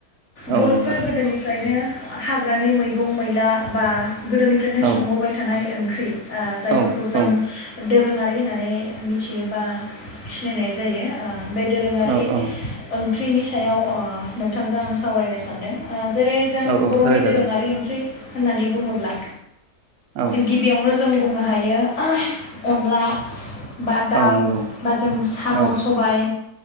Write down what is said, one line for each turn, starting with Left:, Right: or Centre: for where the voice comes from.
Left: बर'फ्रा
Right: औ नोंथां
Left: गोदोनिफ्रायनो हाग्रानि मैगं मैला बा गोदोनिफ्रायनो
Right: औ
Left: संबोबाय थानाय ओं ओ जायफोरखौ
Right: औ
Left: जों
Right: औ
Left: दोरोङारि होननानै मिथियो बा सिनायनाय जायो ओ‌ बे दोरोङारि
Right: औ औ
Left: ओंख्रिनि सायाव ओ नोंथांजों आं सावरायनो सानदों ओ जेरै जों
Right: औ औ
Left: बरनि
Right: सावरायजागोन
Left: दोरोङारि ओंख्रि होननानै बुङोब्ला
Right: औ
Left: गिबियावनो जों बुंनो हायो अनला बा दाउ
Right: औ नंगौ
Left: बा जों साम
Right: औ
Left: सबाय